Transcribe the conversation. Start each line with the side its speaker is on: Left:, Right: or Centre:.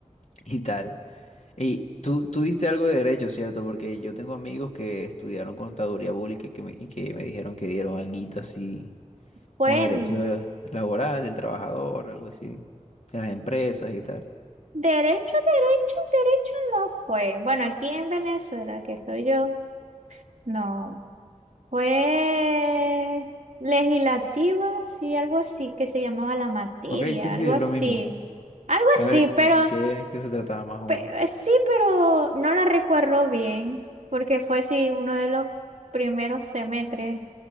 Left: <laughs> y tal. Y tú, tú diste algo de derecho, ¿cierto? Porque yo tengo amigos que estudiaron contaduría pública y que me, y que me dijeron que dieron alguito así
Right: bueno,
Left: como derechos laborales del trabajador, algo así, de las empresas y tal.
Right: derecho, derecho, derecho no fue. Bueno, aquí en Venezuela, que soy yo, no. Fue legislativa, sí, algo así, que se llamaba la materia,
Left: Ok, sí, sí,
Right: algo
Left: es
Right: así.
Left: lo mismo.
Right: Algo
Left: A
Right: así,
Left: ver,
Right: pero
Left: ¿y y qué, qué se trataba más o
Right: Pero,
Left: menos?
Right: sí, pero no la recuerdo bien, porque fue sí uno de los primeros semestres.